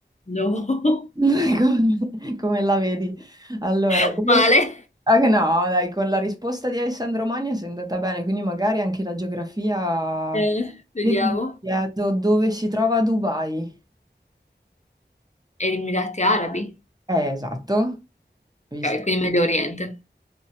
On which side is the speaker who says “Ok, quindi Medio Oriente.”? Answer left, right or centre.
Left